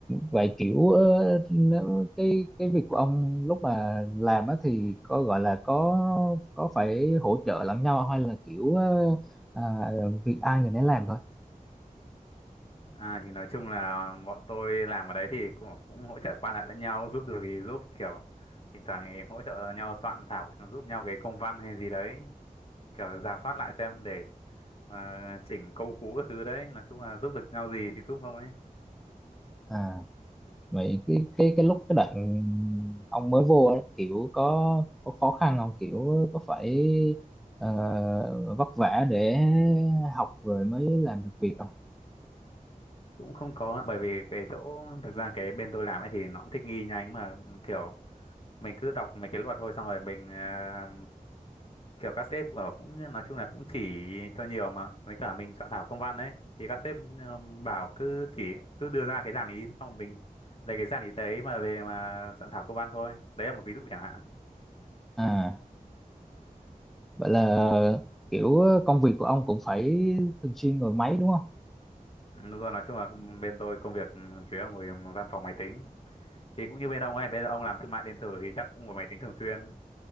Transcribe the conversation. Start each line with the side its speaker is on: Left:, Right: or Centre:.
Centre: vậy kiểu ờ, nếu cái cái việc của ông lúc mà làm á thì có gọi là có có phải hỗ trợ lẫn nhau hay là kiểu ờ, à, việc ai người nấy làm thôi.
Left: à thì nói chung là bọn tôi làm ở đấy thì cũng, cũng hỗ trợ qua lại lẫn nhau giúp được thì giúp kiểu thỉnh thoảng thì hỗ trợ nhau soạn thảo giúp nhau cái công văn hay gì đấy kiểu rà soát lại xem để ờ, chỉnh câu cú các thứ đấy nói chung là giúp được nhau gì thì giúp thôi
Centre: À, vậy cái cái cái lúc cái đoạn ông mới vô á kiểu có có khó khăn không kiểu có phải ờ, vất vả để học rồi mới làm được việc không?
Left: cũng không có á, bởi vì cái chỗ thực ra cái bên tôi làm ấy thì nó cũng thích nghi nhanh mà kiểu mình cứ đọc mấy cái luật thôi xong rồi mình à, kiểu các sếp ở cũng nói chung là cũng chỉ cho nhiều mà với cả mình soạn thảo công văn đấy thì các sếp ờ, bảo cứ chỉ cứ đưa ra cái dàn ý xong rồi mình lấy cái dàn ý đấy mà về mà soạn thảo công văn thôi đấy là một ví dụ chẳng hạn
Centre: À, vậy là kiểu công việc của ông cũng phải thường xuyên ngồi máy đúng không?
Left: Ừ, đúng rồi nói chung là bên tôi công việc ừ, chủ yếu là ngồi văn phòng máy tính thì cũng như bên ông ấy bên ông làm thương mại điện tử thì chắc cũng ngồi máy tính thường xuyên